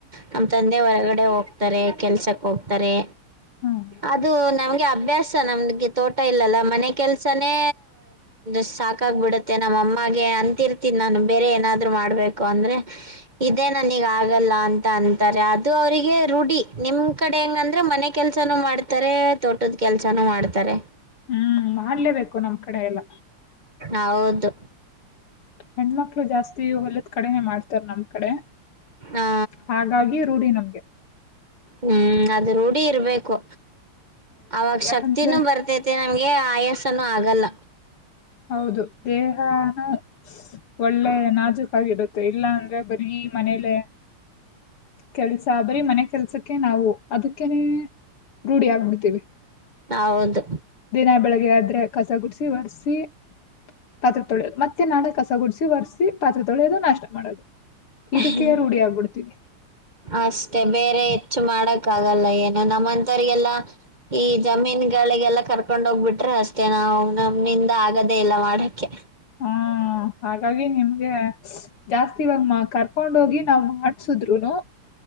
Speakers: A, on the right (about 20°); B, on the left (about 80°).
A: ನಮ್ ತಂದೆ ಹೊರಗಡೆ ಹೋಗ್ತಾರೆ ಕೆಲ್ಸಕ್ ಹೋಗ್ತಾರೆ
B: ಹ್ಮ್
A: ಅದು ನಮ್ಗೆ ಅಭ್ಯಾಸ ನಮ್ಗೆ ತೋಟ್ ತ ಇಲ್ಲಲ್ಲ ಮನೆ ಕೆಲ್ಸನೇ ಸ್ ಸಾಕಾಗ್ಬಬಿಡುತ್ತೆ ನಮ್ಮ ಅಮ್ಮಗೆ ಅಂತಿರ್ತೀನ್ ನಾನು ಬೇರೆ ಏನಾದ್ರು ಮಾಡ್ಬೇಕು ಅಂದ್ರೆ ಇದೆ ನನಿಗ್ ಆಗಲ್ಲ ಅಂತ ಅಂತಾರೆ ಅದು ಅವರಿಗೆ ರೂಢಿ ನಿಮ್ ಕಡೆ ಹೆಂಗ್ ಅಂದ್ರೆ ಮನೆ ಕೆಲ್ಸಾನು ಮಾಡ್ತಾರೆ ತೋಟದ್ ಕೆಲ್ಸಾನು ಮಾಡ್ತಾರೆ
B: ಹ್ಮ್ ಮಾಡ್ಲೇಬೇಕು ನಮ್ ಕಡೆ ಎಲ್ಲ
A: ಹೌದು
B: ಹೆಣ್ಮಕ್ಕಳು ಜಾಸ್ತಿ ಹೊಲದ ಕಡೆನೆ ಮಾಡ್ತ್ ತ್ತರ್ ನಮ್ ಕಡೆ
A: ಆ
B: ಹಾಗಾಗಿ ರೂಢಿ ನಮಗೆ
A: ಹ್ಮ್ ಅದು ರೂಢಿ ಇರ್ಬೇಕು ಅವಾಗ
B: ಯಾಕಂದ್ರೆ
A: ಶಕ್ತಿನೂ ಬರ್ತೈತಿ ಗೆ ಆಯಸನೂ ಆಗಲ್ಲ
B: ಹೌದು ದೇಹಾನೂ ಒಳ್ಳೆ ನಾಜುಕಾಗಿರುತ್ತೆ ಇಲ್ಲ ಅಂದ್ರೆ ಬರೀ ಮನೇಲೆ ಕೆಲಸ ಬರೀ ಮನೆ ಕೆಲಸಕ್ಕೆ ನಾವು ಅದಕ್ಕೆನೆೇ ರೂಢಿ ಆಗ್ಬಿಡ್ತೀವಿ
A: ಹೌದು
B: ದಿನಾ ಬೆಳಗ್ಗೆ ಆದ್ರೆ ಕಸ ಗುಡಿಸಿ ಒರ್ಸಿ ಪಾತ್ರೆ ತೊಳೆಯೋದು ಮತ್ತೆ ನಾಳೆ ಕಸ ಗುಡಸಿ ಒರ್ಸಿ ಪಾತ್ರೆ ತೊಳೆಯೋದು ನಾಷ್ಟ ಮಾಡೋದು. ಇದಕ್ಕೆ
A: ಹ್
B: ರೂಢಿ ಆಗ್ಬಿಡ್ತೀವಿ
A: ಅಷ್ಟೇ ಬೇರೆ ಹೆಚ್ ಮಾಡಕ್ ಆಗಲ್ಲ ಏನು ನಮ್ಮಂತರಿಗೆಲ್ಲಾ ಈ ಜಮೀನ್ ಗಳಿಗೆಲ್ಲಾ ಕರ್ಕೊಂಡ್ ಹೋಗ್ಬಿಟ್ರೆ ಅಷ್ಟೇ ನಾವು ನಮ್ಮಿಂದ ಆಗದೇ ಇಲ್ಲ ಮಾಡಕ್ಕೆ
B: ಹಾ ಹಾಗಾಗಿ ನಿಮಗೆ ಜಾಸ್ತಿ ಇವಾಗ ನಾವು ಕರ್ಕೊಂಡ್ ಹೋಗಿ ನಾವ್ ಮಾಡ್ಸುದ್ರುನು